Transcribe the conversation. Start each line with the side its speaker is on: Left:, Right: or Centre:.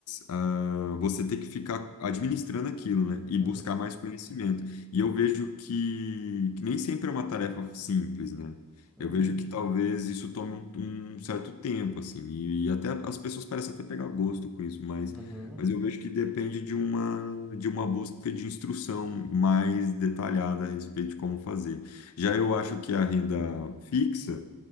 Left: ah, você ter que ficar administrando aquilo, né? E
Centre: Uhum,
Left: buscar mais conhecimento. E eu vejo que, que nem sempre é uma tarefa simples, né?
Centre: uhum,
Left: Eu vejo que talvez isso tome um, um certo tempo, assim, e, e até as pessoas parecem até pegar gosto com isso, mas,
Centre: uhum,
Left: mas eu vejo que depende de uma, de uma busca de instrução mais detalhada a respeito de como fazer. Já eu acho que a renda fixa